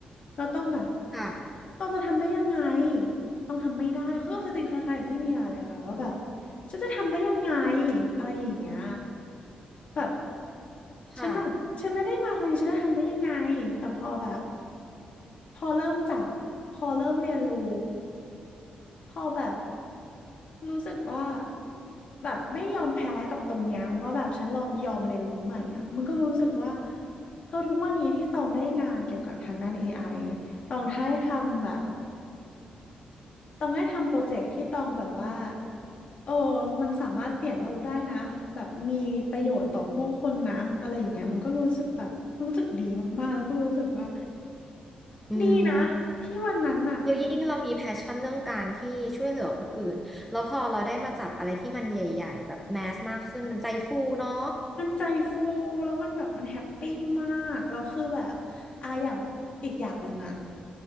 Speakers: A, on the left (about 50°); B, in the centre.
A: เราต้องแบบ
B: ค่ะ
A: ต้องจะทำได้ยังไงต้องทำไม่ได้คือก็คือจริงคล้ายๆกับพี่เมียเลยค่ะว่าแบบฉันจะทำได้ยังไงอะไรอย่างเงี้ยแบบ
B: ค่ะ
A: ฉันแบบฉันไม่ได้มาทางนี้ฉันจะทำได้ยังไงแต่พอแบบ พอเริ่มจับ พอเริ่มเรียนรู้ พอแบบรู้สึกว่าแบบไม่ยอมแพ้กับตรงเนี้ยว่าแบบฉันยอมยอมเรียนรู้ใหม่อ่ะมันก็รู้สึกว่าเฮ้ยทุกวันนี้ที่ตองได้งานเกี่ยวกับทางด้าน AI ตองได้ทำแบบตองได้ทำโปรเจกต์ที่ตองแบบว่าเออ มันสามารถเปลี่ยนโลกได้นะแบบมีประโยชน์ต่อผู้คนนะอะไรอย่างเงี้ยมันก็รู้สึกแบบรู้สึกดีมากๆแล้วก็รู้สึกว่า
B: อืม
A: ดีนะที่วันนั้นน่ะ
B: คือยิ่งเรามีแพชชั่นเรื่องการที่ช่วยเหลือคนอื่นแล้วพอเราได้มาจับอะไรที่มันใหญ่ๆแบบแมสมากขึ้นมันใจฟูเนาะ
A: มันใจฟูแล้วมันแบบมันแฮปปี้มากแล้วคือแบบอ่ะอย่างอีกอย่างหนึ่งอ่ะ